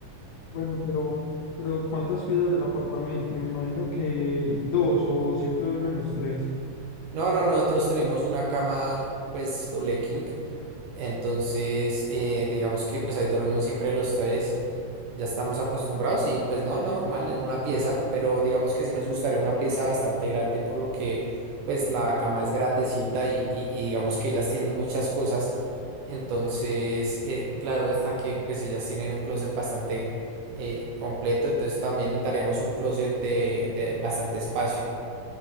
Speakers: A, on the left; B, on the right.
A: Bueno, pero, pero ¿cuántas piezas del apartamento? Me imagino que dos o siempre duermen los tres.
B: No, no, nosotros tenemos una cama, pues, doble king. Entonces, eh, digamos que pues ahí dormimos siempre los tres. Ya estamos acostumbrados y pues no, normal en una pieza, pero digamos que sí nos gustaría una pieza bastante grande por lo que pues la cama es grandecita y, y- y digamos que ellas tienen muchas cosas. Entonces, eh, claro está que pues ellas tienen un closet bastante eh, completo, entonces también necesitaríamos un closet de de bastante espacio.